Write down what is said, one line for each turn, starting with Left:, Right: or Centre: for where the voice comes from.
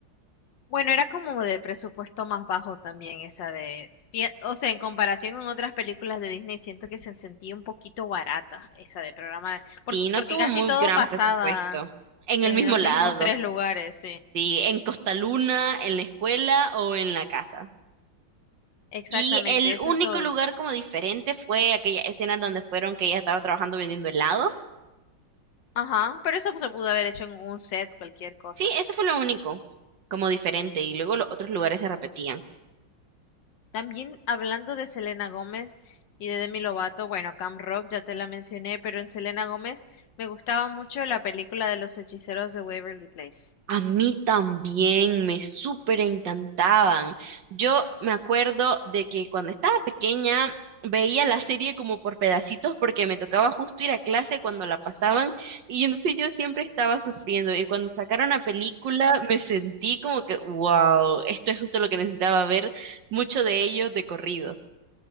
Left: Bueno, era como de presupuesto más bajo también esa de... fie- O sea, en comparación con otras películas de Disney, siento que se sentía un poquito barata esa de programa, de-
Right: Sí,
Left: por-
Right: no
Left: porque
Right: tuvo
Left: casi
Right: muy
Left: todo
Right: gran
Left: pasaba
Right: presupuesto. En
Left: en
Right: el mismo
Left: los
Right: lado,
Left: mismos tres lugares, sí.
Right: sí, en Costa Luna, en la escuela o en la casa.
Left: Exactamente,
Right: Y el
Left: eso
Right: único
Left: es todo.
Right: lugar como diferente fue aquella escena donde fueron que ella estaba trabajando vendiendo helado.
Left: Ajá, pero eso se pudo haber hecho en un set, cualquier cosa.
Right: Sí, eso fue lo único como diferente y luego los otros lugares se repetían.
Left: También hablando de Selena Gómez y de Demi Lovato, bueno, Camp Rock ya te la mencioné, pero en Selena Gómez me gustaba mucho la película de los hechiceros de Waverly Place.
Right: A mí también me súper encantaban. Yo me acuerdo de que cuando estaba pequeña veía la serie como por pedacitos porque me tocaba justo ir a clase cuando la pasaban y entonces yo siempre estaba sufriendo y cuando sacaron la película me sentí como que, wow, esto es justo lo que necesitaba ver, mucho de ello de corrido.